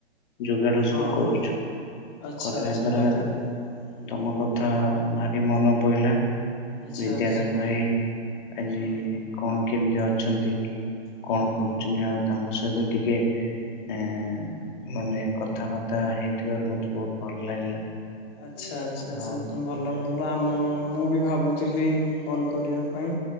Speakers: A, on the left (about 50°); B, on the left (about 35°).
A: ଯୋଗାଡ
B: ହଁ
A: ସବୁ କରୁଛୁ।
B: ହଁ ଆଚ୍ଛା
A: କରିବା
B: ଆଚ୍ଛା
A: ଦ୍ଵାରା,
B: ଭଲ ଭଲ
A: ତମ କଥା
B: ଭଲ
A: ଭାରି ମନ ପହିଲା
B: ଆଚ୍ଛା
A: ବିଦ୍ୟାଧର
B: ଆଚ୍ଛା
A: ଭାଇ ଆଜି,
B: ହୁଁ
A: କଣ କେମିତି ଅ ଅଛନ୍ତି,
B: ହୁଁ
A: କଣ କରୁଛନ୍ତି?
B: ହୁଁ
A: ଆଉ ତାଙ୍କ ସହିତ ଟିକେ
B: ହୁଁ
A: ଆ ମାନେ କଥାବାର୍ତ୍ତା ହେଇଥିବାରୁ ମତେ ବହୁତ ଭଲ ଲାଗିଲା।
B: ଆଚ୍ଛା, ଆଚ୍ଛା
A: ଆଉ
B: ସେ ଭଲ ଭଲ ଆମର ମୁଁ ବି ଭାବୁଥିଲି କଲ୍ କରିବା ପାଇଁ।